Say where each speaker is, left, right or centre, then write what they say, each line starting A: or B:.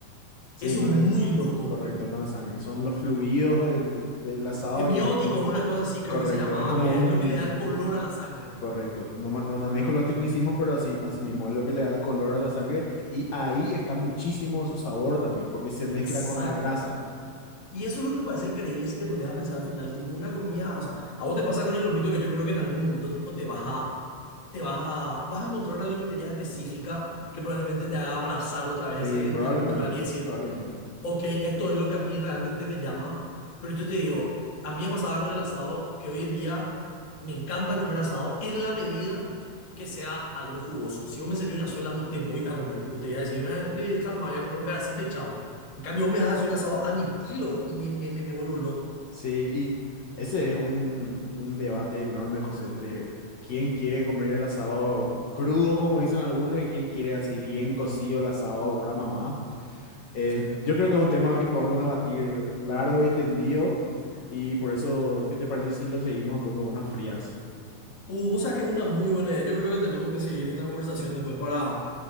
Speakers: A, on the left (about 75°); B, on the left (about 45°).
A: sí,
B: eso
A: mane-
B: es muy loco.
A: correcto, no de sangre, son los fluidos del, del asado
B: Hemiótico
A: y es un,
B: es una cosa así, creo
A: correcto,
B: que se llamaba,
A: es como
B: que
A: un,
B: es lo que le da el color a la sangre.
A: correcto, no, ma- no manejo los tecnicismos, pero así, así mismo es lo que le da el color a la sangre y ahí está muchísimo su sabor también, porque se mezcla
B: Exacto.
A: con la grasa.
B: Y eso es lo que me parece increíble si te pones a pensar al final, tipo una comida, o sea, a vos te pasa con el lomito que yo creo que en algún momento tipo te vas a, te vas a, vas a encontrar una lomitería específica que probablemente te haga abrazar otra vez
A: Sí,
B: esa identidad
A: probablemente,
B: cultural y decir,
A: probablemente.
B: ok, esto es lo que a mí realmente me llama, pero yo te digo, a mí me pasaba con el asado que hoy en día me encanta comer asado en la medida que sea algo jugoso. Si vos me servís una suela, no te voy a comer, tipo, te voy a decir, "Eh, sí, deja nomás, voy a comer un pedacito y chao. En cambio, vos me das así un asado a mi estilo y me, me, me, me vuelvo loco.
A: Sí, y ese es un, un debate enorme, José, entre quién quiere comer el asado crudo, como dicen algunos, y quién quiere así bien cocido el asado Brahma más. Eh,
B: Sí.
A: yo creo que es un tema que podemos debatir largo y tendido, y por eso, ¿qué te parece si lo seguimos después con unas frías?
B: Uh, vos sabes que es una muy buena idea. Yo creo que tenemos que seguir esta conversación después para